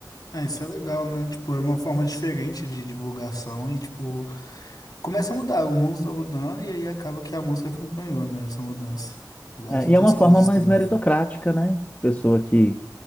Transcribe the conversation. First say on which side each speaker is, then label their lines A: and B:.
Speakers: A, on the left; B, on the left.
A: Ah, isso é legal, né? Tipo, é uma forma diferente de divulgação e, tipo, começa a mudar. O mundo tá mudando e aí acaba que a música acompanhou, né? Essa mudança. Igual
B: É,
A: as outras
B: e é uma
A: coisas
B: forma mais
A: também.
B: meritocrática, né? Pessoa que,